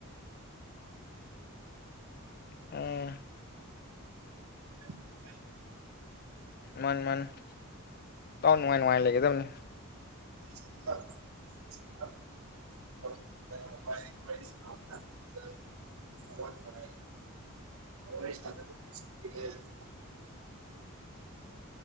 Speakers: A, on the left (about 45°); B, on the right (about 70°).
A: ꯑꯣ
B: <unintelligible>
A: ꯃꯥꯅꯤ ꯃꯥꯅꯤ ꯇꯥꯎ ꯅꯨꯡꯉꯥꯏ ꯅꯨꯡꯉꯥꯏ ꯂꯩꯒꯗꯕꯅꯤ
B: <inaudible> <unintelligible> <unintelligible>